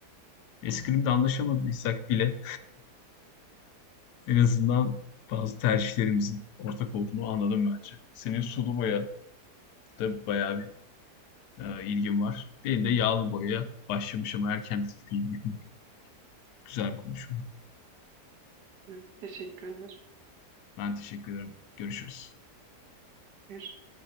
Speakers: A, on the left; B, on the right.
A: Eskrimde anlaşamadıysak bile En azından bazı tercihlerimizin ortak olduğunu anladım bence. Senin sulu boya da bayağı bir e, ilgin var. Benim de yağlı boyaya başlamış ama erken bir ilgim var. Güzel bir konuşmaydı.
B: Hı, teşekkür ederim.
A: Ben teşekkür ederim. Görüşürüz.
B: Görüşürüz.